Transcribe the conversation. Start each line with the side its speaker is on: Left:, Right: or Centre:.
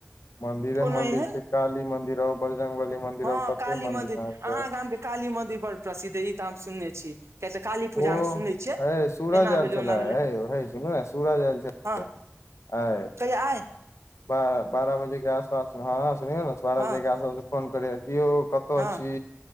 Left: मंदिरे
Right: कोनो
Left: मंदिर
Right: एहन
Left: छै काली मंदिर ह बजरंग बली मंदिर
Right: हँ
Left: आ कते
Right: काली
Left: मंदिर अहाँके
Right: अहाँ गाम के काली मदिर बड़ प्रसिद्ध हय ई तऽ हम सुनने छी कियातऽ काली पूजामे
Left: ओ
Right: सुनै छियै
Left: है सूरज
Right: एना
Left: आयल
Right: भेलै
Left: छले
Right: ओना भेलै
Left: है यौ है सुनू ने सूरज आयल छल
Right: हँ
Left: आय
Right: कहिया आय
Left: बारह बारह बजे के आसपास मे हँ सुनियौ ने बारह
Right: हँ
Left: बजे के आसपास फोन करिय कि यौ कतऽ
Right: हँ
Left: छी